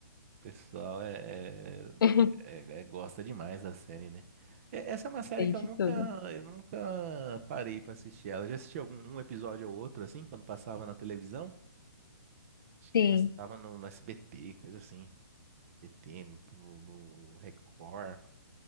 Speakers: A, on the right; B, on the left.
A: o pessoal é, é
B: <laughs>
A: É, é, gosta demais da série, né? É, essa é uma série
B: Tem
A: que eu
B: de
A: nunca,
B: tudo.
A: eu nunca parei pra assistir ela. Eu já assisti algum um episódio ou outro, assim, quando passava na televisão. Acho que
B: Sim,
A: passava no, no SBT, coisa assim. SBT, no, no- no Record.